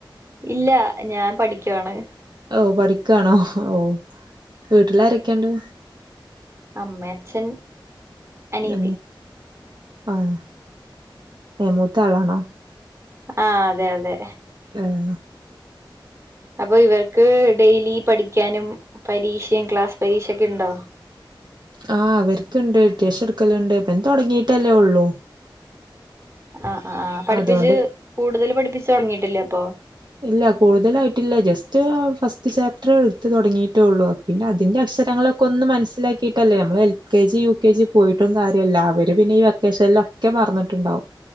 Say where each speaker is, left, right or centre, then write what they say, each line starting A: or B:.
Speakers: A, on the right; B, on the right.
A: ഇല്ല ഞാൻ പഠിക്കുവാണ്
B: ഓ പഠിക്കാണോ ഓ വീട്ടിലാരൊക്കെയുണ്ട്?
A: അമ്മ അച്ഛൻ അനിയത്തി
B: ഉം ആഹ് നീ മൂത്ത ആളാണോ?
A: ആഹ് അതെ അതെ
B: ഉം
A: അപ്പൊ ഇവർക്ക് ഡെയിലി പഠിക്കാനും പരീക്ഷയും ക്ലാസ് പരീക്ഷൊക്കെ ഉണ്ടോ?
B: ആഹ് അവർക്കുണ്ട് അത്യാവശ്യം എടുകലുണ്ട് ഇപ്പൊ തുടങ്ങിയിട്ടേ ഒള്ളു
A: ആ ആ ആ പഠിപ്പിച്ച്
B: അതുകൊണ്ട്
A: കൂടുതൽ പഠിപ്പിച്ചു തുടങ്ങിട്ടില്ലേ അപ്പൊ?
B: ഇല്ല കൂടുതലായിട്ടില്ല ജസ്റ്റ് ആ ഫസ്റ്റ് ചാപ്റ്റർ എടുത്ത് തുടങ്ങിട്ടേള്ളൂ അ പിന്നെ അതിൻ്റെ അക്ഷരങ്ങളൊക്കൊന്ന് മനസ്സിലാക്കിയിട്ടല്ലേ നമ്മൾ എൽകെജി യുകെജി പോയിട്ടും കാര്യല്ല അവർ പിന്നെ ഇവ കേശലിനൊക്കെ മറന്ന്ട്ടുണ്ടാവും